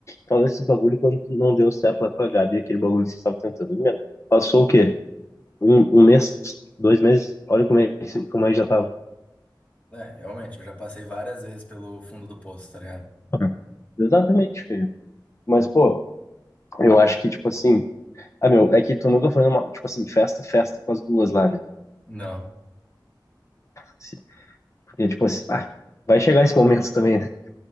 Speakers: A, on the left; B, on the left.
A: Fala esse bagulho quando não deu certo lá com a Gabi, aquele bagulho que você estava tentando. Meu, passou o quê? Um, um mês? Dois meses? Olha como é, que- como é que já tava.
B: É, realmente, eu já passei várias vezes pelo fundo do poço, tá ligado?
A: Uhum. Exatamente, feio. Mas, pô, eu acho que, tipo assim. Ah, meu, é que tu nunca foi numa, tipo assim, festa, festa com as duas lá, né?
B: Não.
A: Se- Porque, tipo assim, ah, vai chegar esse momento também, né?